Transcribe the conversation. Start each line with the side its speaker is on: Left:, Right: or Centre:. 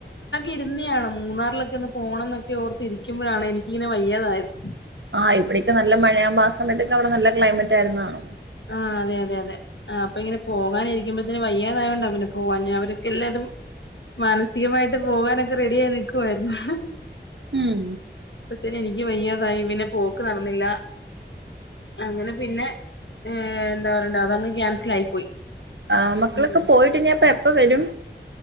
Left: ഇരുന്നിയാണ് മൂന്നാറിലൊക്കെ ഒന്ന് പോണം എന്നൊക്കെ ഓർത്തിരിക്കുമ്പോഴാണ് എനിക്കിങ്ങനെ വയ്യാതായത്
Right: ആഹ് ഇവിടെക്കെ നല്ല മഴയാമ്പ ആ സമയത്തൊക്കെ അവിടെ നല്ല ക്ലൈമറ്റ് ആയിരുന്ന് കാണും
Left: ആ അതെ അതെ അതെ ആ അപ്പൊ ഇങ്ങനെ പോകാനിരിക്കുമ്പോതേന് വയ്യാതായോണ്ട പിന്നെ പോവാഞ്ഞെ അവരൊക്കെ എല്ലാരും മാനസികമായിട്ട് പോകാനൊക്കെ റെഡി ആയി നിക്കുവാരുന്ന്
Right: ഉം
Left: അപ്പത്തേന് എനിക്ക് വയ്യ അതായി പിന്നെ പോക്ക് നടന്നില്ല അങ്ങനെ പിന്നെ ഏ എന്താ പറയണ്ട അതങ്ങ് ക്യാൻസൽ ആയി പോയി
Right: ആ മക്കളൊക്കെ
Left: ഉം
Right: പോയിട്ട് ഇനി അപ്പ എ എപ്പം വരും